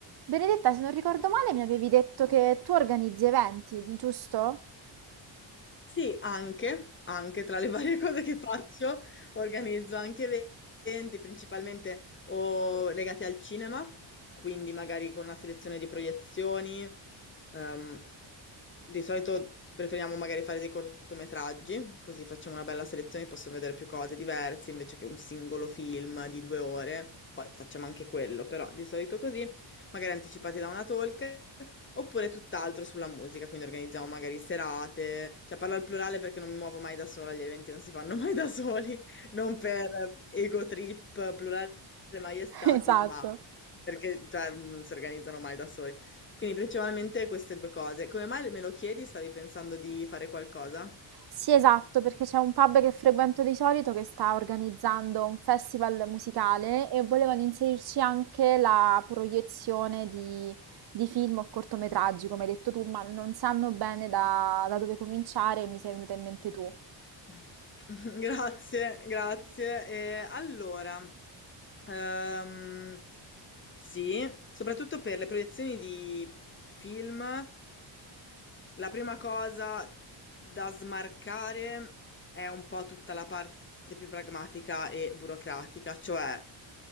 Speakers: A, on the right; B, on the left.
A: Benedetta, se non ricordo male, mi avevi detto che tu organizzi eventi, giusto?
B: Sì, anche, anche tra le <laughs> varie cose che faccio, organizzo anche eventi, principalmente o legati al cinema, quindi magari con una selezione di proiezioni. ehm, di solito preferiamo magari fare dei cortometraggi, così facciamo una bella selezione, posso vedere più cose diverse invece che un singolo film di due ore. Poi facciamo anche quello, però di solito così, magari anticipati da una talk. Oppure tutt'altro sulla musica, quindi organizziamo magari serate, cioè parlo al plurale perché non mi muovo mai da sola, gli eventi non si fanno mai da soli, non per ego trip, plurale maiestatis,
A: <laughs> Esatto.
B: ma perché cioè, non si organizzano mai da soli. Quindi principalmente queste due cose. Come mai me lo chiedi? Stavi pensando di fare qualcosa?
A: Sì, esatto, perché c'è un pub che frequento di solito che sta organizzando un festival musicale e volevano inserirci anche la proiezione di, di film o cortometraggi, come hai detto tu, ma non sanno bene da, da dove cominciare e mi sei venuta in mente tu.
B: <laughs> Grazie, grazie. E allora, ehm, sì, soprattutto per le proiezioni di film, la prima cosa da smarcare è un po' tutta la parte più pragmatica e burocratica, cioè